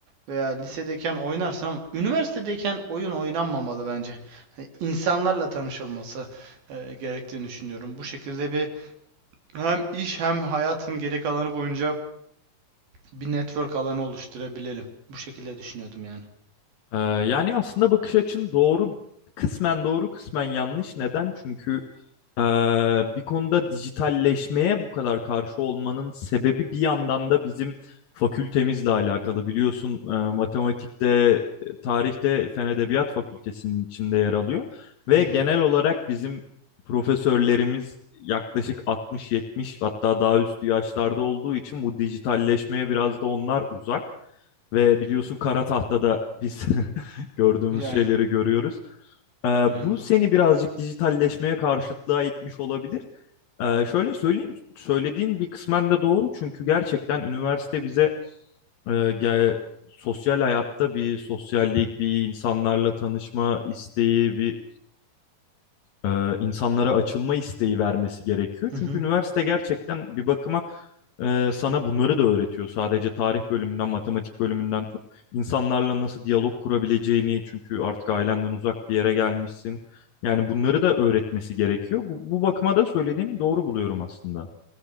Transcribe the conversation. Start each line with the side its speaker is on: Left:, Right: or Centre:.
Right: veya lisedeyken oynarsın ama üniversitedeyken oyun oynanmamalı bence. Hani insanlarla tanışılması e, gerektiğini düşünüyorum. Bu şekilde bir hem iş hem hayatın geri kalanı boyunca bir network alanı oluşturabilelim. Bu şekilde düşünüyordum yani.
Left: Ee, yani aslında bakış açın doğru, kısmen doğru, kısmen yanlış. Neden? Çünkü ee, bir konuda dijitalleşmeye bu kadar karşı olmanın sebebi bir yandan da bizim fakültemizle alakalı. Biliyorsun ee, matematikte, e, tarihte Fen Edebiyat Fakültesinin içinde yer alıyor. Ve
Right: Hı hı.
Left: genel olarak bizim profesörlerimiz yaklaşık 60-70 hatta daha üstü yaşlarda olduğu için bu dijitalleşmeye biraz da onlar uzak. Ve biliyorsun kara tahtada biz <laughs> gördüğümüz
Right: Yani,
Left: şeyleri görüyoruz. Ee,
Right: yani
Left: bu
Right: doğru.
Left: seni birazcık dijitalleşmeye karşıtlığa itmiş olabilir. Ee, şöyle söyleyeyim, söylediğin bir kısmen de doğru çünkü gerçekten üniversite bize e, ge- sosyal hayatta bir sosyallik, bir insanlarla tanışma isteği, bir e, insanlara açılma isteği vermesi gerekiyor.
Right: Hı
Left: Çünkü
Right: hı.
Left: üniversite gerçekten bir bakıma e, sana bunları da öğretiyor. Sadece tarih bölümünden, matematik bölümünden tut. İnsanlarla nasıl diyalog kurabileceğini çünkü artık ailenden uzak bir yere gelmişsin. Yani bunları da öğretmesi gerekiyor. Bu, bu bakıma da söylediğini doğru buluyorum aslında.